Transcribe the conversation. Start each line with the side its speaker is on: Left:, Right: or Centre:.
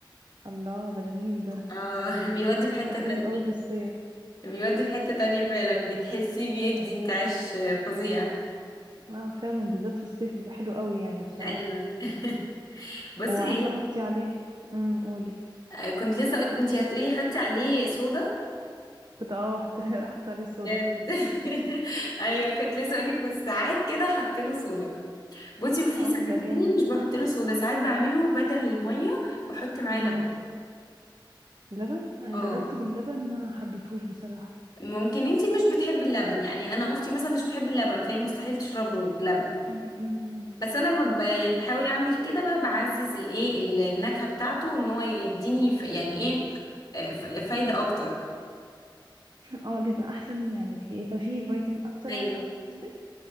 Right: الله ده جميل ده
Left: اه <laughs> بيودي في حتة
Right: وحلو
Left: تانية
Right: قوي في الصيف
Left: بيودي في حتة تانية فعلا بتحسي بيدي انتعاش فظيع
Right: اه فعلا بالذات في الصيف بيبقى حلو قوي يعني بصراحة
Left: ايوه <laughs>
Right: وعارفة
Left: بصي
Right: احطي عليه امم قولي
Left: ايه كنت لسه اقول انتي هتقولي حطي عليه صودا
Right: كنت اه حط <laughs> حط عليه صودا
Left: بجد <laughs> ايوه كنت لسه اقول لك ساعات كده حط له صودا بصي وفي
Right: اه
Left: ساعات
Right: بيبقى جامد
Left: تانية مش بحط له صودا ساعات بعمله بدل المية بحط معاه
Right: امم
Left: لبن
Right: لبن أنا
Left: اه
Right: جربته باللبن ما حبيتهوش بصراحة
Left: ممكن انتي مش بتحبي اللبن يعني انا اختي مثلا مش بتحب اللبن فهي مستحيل تشربه بلبن
Right: <clears throat> أمم.
Left: بس انا ب... ب- يعني بحاول اعمل كده بقى بعزز الايه ال- النكهة بتاعته ان هو يديني ف... يعني ايه آه، ف- فايدة اكتر
Right: اه بيبقى احسن يعني بيبقى فيه فيتامين اكتر
Left: ايوه
Right: يعني قصدي